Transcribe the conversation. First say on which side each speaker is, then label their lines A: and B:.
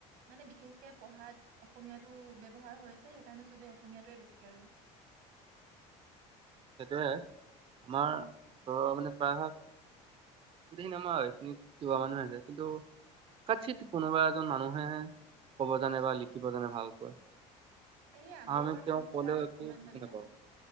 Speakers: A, on the right; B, on the right.
A: মানে বিশেষকে পঢ়াত অসমীয়াটো ব্যৱহাৰ হৈ আছে সেইকাৰণে চবে অসমীয়াটোৱে বেছিকে জানে।
B: সেটোৱে আমাৰ
A: উম
B: ওচৰৰ মানে প্ৰায় ভাগ গোটেইখিনি আমাৰ ইখিনি তিৱা মানুহে আছে। কিন্তু কাট চিত কোনোবা এজন মানুহে আহে ক'ব জানে বা লিখিব জানে ভালকৈ।
A: এই আগৰ
B: আমি তেওঁক
A: মানুহ
B: ক'লেও
A: বিলাক
B: একো
A: অকমান
B: বুজি
A: মানে
B: নাপাওঁ।